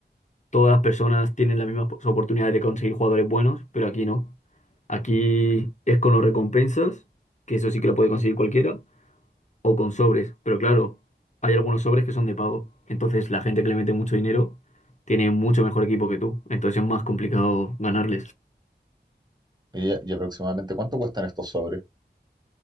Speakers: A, on the left; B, on the right.
A: todas las personas tienen las mismas pos- oportunidades de conseguir jugadores buenos, pero aquí no. Aquí es con los recompensas, que eso sí que lo puede conseguir cualquiera, o con sobres. Pero claro, hay algunos sobres que son de pago. Entonces la gente que le mete mucho dinero tiene mucho mejor equipo que tú. Entonces es más complicado ganarles.
B: Oye, ¿Y, aproximadamente cuánto cuestan estos sobres?